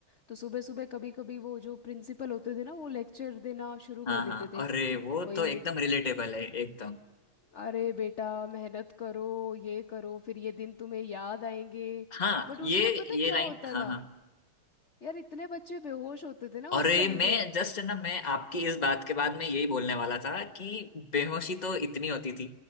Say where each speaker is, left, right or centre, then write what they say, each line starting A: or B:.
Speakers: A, on the left (about 45°); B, on the left (about 25°).
A: तो सुबह सुबह कभी कभी वो जो प्रिंसिपल होते थे ना वो लेक्चर देना शुरू कर
B: हाँ हाँ
A: देते थे
B: अरे वो
A: वही
B: तो एकदम रिलेटेबल है एकदम
A: अरे बेटा मेहनत करो ये करो फिर ये दिन तुम्हें याद आएंगे
B: हाँ
A: बट
B: ये
A: उसमें पता
B: ये
A: क्या
B: लाइन
A: होता
B: हाँ
A: था
B: हाँ
A: यार इतने बच्चे बेहोश होते थे ना
B: अरे
A: उस टाइम
B: मैं
A: पे
B: जस्ट ना मैं आपकी इस बात के बाद मैं यही बोलने वाला था कि बेहोशी तो इतनी होती थी